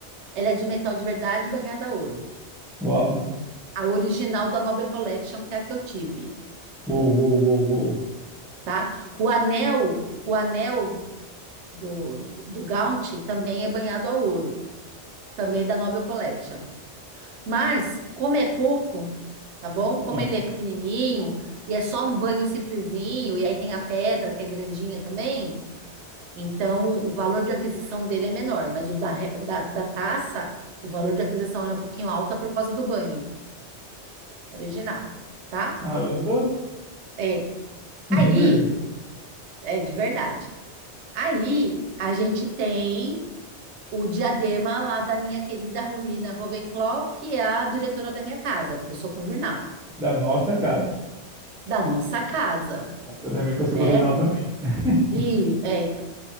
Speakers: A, on the right; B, in the centre.
A: Ela é de metal de verdade banhada a ouro.
B: Uau,
A: A original da Nobel Collection, que é a que eu tive,
B: uou, uou, uou, uou.
A: tá? O anel, o anel do, do, do Gaunt também é banhado a ouro, também da Nobel Collection. Mas, como é pouco, tá bom? Como
B: Ah,
A: ele é pequenininho e é só um banho simplesinho, e aí tem a pedra que é grandinha também, então o valor de aquisição dele é menor, mas o da, re- o da, da taça, o valor de aquisição era um pouquinho alta por causa do banho original, tá?
B: caramba,
A: É.
B: <laughs> de
A: Aí,
B: verdade.
A: é de verdade. Aí a gente tem o diadema lá da minha querida Ruína Ravenclaw, que é a diretora da minha casa, que eu sou conjunal,
B: Da nossa casa.
A: da nossa casa.
B: Eu lembro que eu sou
A: né?
B: corvinal também. <laughs>
A: E é, então,